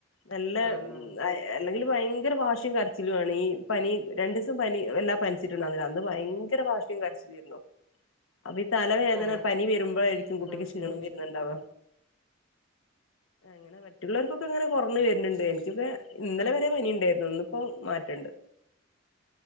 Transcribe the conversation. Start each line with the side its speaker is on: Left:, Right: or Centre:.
Left: നല്ല
Centre: ആഹ്
Left: അയ് അല്ലെങ്കിൽ ഭയങ്കര വാശിയും കരച്ചിലും ആണ് ഈ പനി രണ്ടീസം പനി വല്ലാ പനിച്ചി ട്ട് ഇണ്ടാര്ന്നില്ല അന്ന് ഭയങ്കര വാശിയും കര തിർന്നോ? അപ്പ ഈ തലവേദന
Centre: ആഹ് ആഹ്
Left: പനി വെരുമ്പഴായിരിക്കും കുട്ടിക്ക്
Centre: ആഹ്
Left: ക്ഷീണം
Centre: ഉം
Left: വെര്ന്നുണ്ടാവ. അങ്ങനെ പറ്റ മറ്റുള്ളവർക്കൊക്കെ ഇങ്ങനെ കൊർൺ വെര്ന് ഇണ്ട്. എനിക്കൊക്കെ ഇന്നലെ വരെ പനി ഇണ്ടായിരുന്നു. ഇന്നിപ്പോ മാറ്റ ഇണ്ട്.